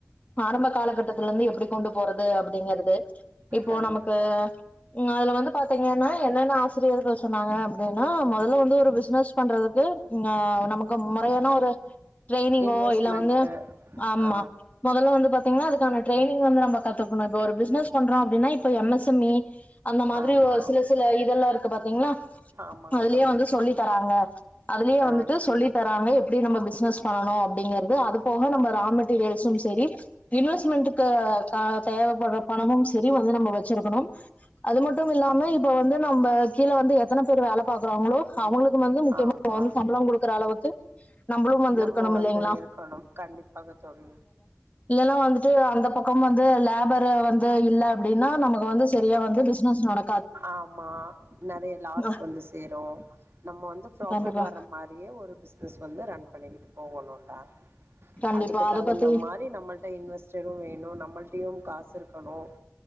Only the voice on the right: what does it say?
கண்டிப்பா
இன்வெஸ்ட்மெண்ட்டு
ஆ
ஆமா
ஆமாங்க
தோழி
ஆ
ஆமா
நம்ம
வந்து
இருக்கணும் கண்டிப்பாக தோழி
ஆமா நிறைய லாஸ்
வந்து சேரும் நம்ம வந்து ப்ராஃபிட்
வர்ற மாதிரியே ஒரு பிஸ் பிஸ் வந்து ரன் பண்ணிக்கிட்டு போகணும் ஆ
அதுக்கு
தகுந்த
மாரி நம்மள்ட இன்வெஸ்டரும் வேணும் நம்மள் ட்டியும் காசு இருக்கணும்